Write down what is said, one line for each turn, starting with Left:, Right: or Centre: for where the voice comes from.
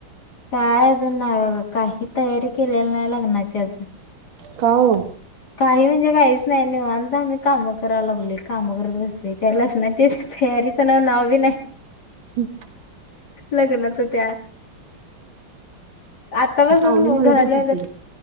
Left: काय अजून नाही बघ काही तयारी केलेली नाही लग्नाची अजून.
Right: काऊ.
Left: काही म्हणजे काहीच नाही नि अंत आम्ही काम करा लागले काम करत बसले त्या लग्नाचे. सरीचं नाव नाव बी नाही.
Right: ह.
Left: लग्नाच त्या. आतापासूनच
Right: सावनी म्हणत
Left: घराल्या
Right: होती
Left: होत्या
Right: की